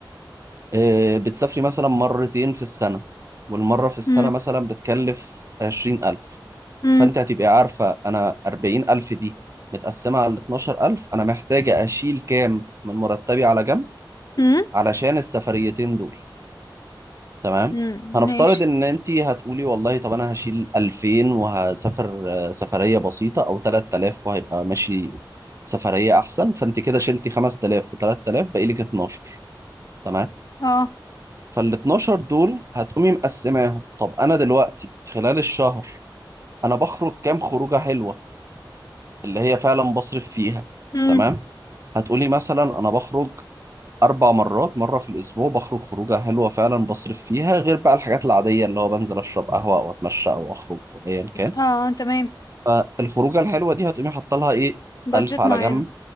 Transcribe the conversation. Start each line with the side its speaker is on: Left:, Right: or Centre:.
Right: آه، بتسافري مثلا مرتين في السنه والمره في السنه
Left: امم
Right: مثلا بتكلف 20000
Left: امم
Right: فانت هتبقي عارفه انا 40000 دي متقسمه على 12000 انا محتاجه اشيل كام من مرتبي على جنب
Left: امم
Right: علشان السفريتين دول تمام
Left: امم
Right: هنفترض
Left: ماشي
Right: ان انت هتقولي والله طب انا هشيل 2000 وهسافر آه، سفريه بسيطه او 3000 وهيبقى ماشي سفريه احسن فانت كده شلتي 5000 و3000 باقي لك 12 تمام
Left: اه
Right: فال 12 دول هتقومي مقسماهم طب انا دلوقتي خلال الشهر انا بخرج كام خروجه حلوه اللي هي فعلا بصرف فيها
Left: امم
Right: تمام هتقولي مثلا انا بخرج أربع مرات مرة في الأسبوع بخرج خروجة حلوة فعلا بصرف فيها غير بقى الحاجات العادية اللي هو بنزل أشرب قهوة أو أتمشى أو أخرج أو أيا كان
Left: اه تمام
Right: فالخروجة الحلوة دي هتقومي حاطة لها إيه
Left: بادجت
Right: ألف على
Left: معين
Right: جنب